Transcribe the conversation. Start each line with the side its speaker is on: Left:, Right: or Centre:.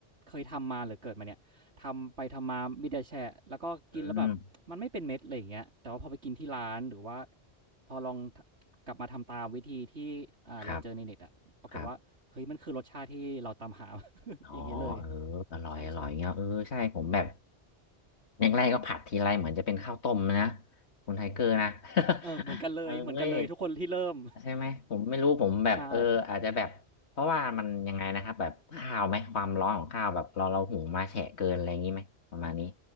Right: เคยทำมาหรือเกิดมาเนี่ยทำไปทำมามีแต่แฉะแล้วก็กินแล้วแบบมันไม่เป็นเม็ดอะไรอย่างเงี้ยแต่ว่าพอไปกินที่ร้านหรือว่า
Left: อืม
Right: พอลองทะกลับมาทำตามวิธีที่อ่าเราเจอในเน็ตอะปรากฏว่าเฮ้ยมันคือรสชาติที่เราตามหา
Left: ครับครับ
Right: <laughs>
Left: อ๋อเอออร่อยอร่อยเงี้ยเออใช่ผมแบบ
Right: อย่างงี้เลยใช่ๆ
Left: อย่างแรกก็ผัดทีไรเหมือนจะเป็นข้าวต้มนะคุณไทเกอร์นะ <laughs>
Right: เออเหมือนกันเลยเหมือนกันเลยทุกคนที่เริ่ม
Left: เอ้ย ใช่ไหมผมไม่รู้ผมแบบเอออาจจะแบบเพราะว่ามันยังไงนะครับแบบข้าวไหมความร้อนของข้าวแบบเราเราหุงมาแฉะเกินอะไรอย่างนี้ไหมประมาณนี้
Right: ใช่